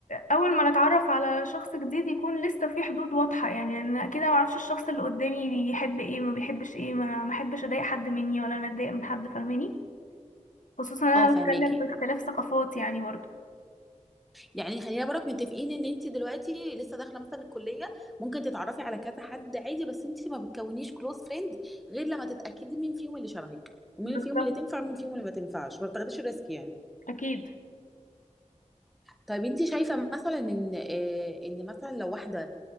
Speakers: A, on the left (about 85°); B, in the centre.
A: اول ما نتعرف على شخص جديد يكون لسه في حدود واضحة يعني انا كده ما اعرفش الشخص اللي قدامي بيحب ايه ما بيحبش ايه ما ما احبش اضايق حد مني ولا انا اتضايق من حد فاهماني خصوصا انا
B: اه فهماكي
A: بتكلم في اختلاف ثقافات يعني برضه
B: يعني خلينا برك متفقين ان انت دلوقتي لسه داخله مثلا الكليه ممكن تتعرفي على كذا حد عادي بس انت ما بتكونيش كلوز فريند غير لما تتاكدي مين فيهم اللي شبهك ومين
A: بالظبط
B: فيهم اللي تنفع ومين فيهم اللي ما تنفعش ما بتاخديش الريسك يعني
A: اكيد
B: طيب انت شايفه مثلا ان آه، ان مثلا لو واحده